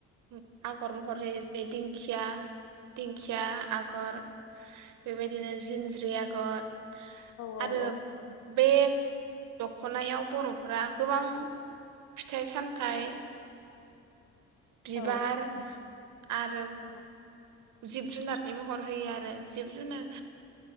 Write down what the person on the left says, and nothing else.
औ
औ
औ औ
औ